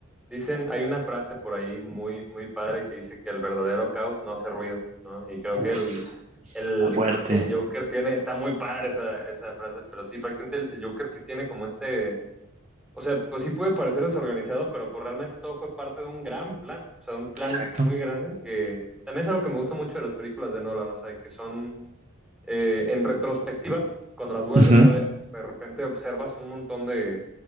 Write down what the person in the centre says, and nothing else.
dicen, hay una frase por ahí muy, muy padre que dice que el verdadero caos no hace ruido, ¿no? Y creo
que el, el,
el Joker tiene, está muy padre esa, esa frase, pero sí, prácticamente el Joker sí tiene como este, o sea, pues sí puede parecer desorganizado, pero pues realmente todo fue parte de un gran plan, o sea, de un plan
muy grande que también es algo que me gusta mucho de las películas de Nolan, o sea, que son eh, en retrospectiva, cuando las vuelves
a ver, de repente observas un montón de,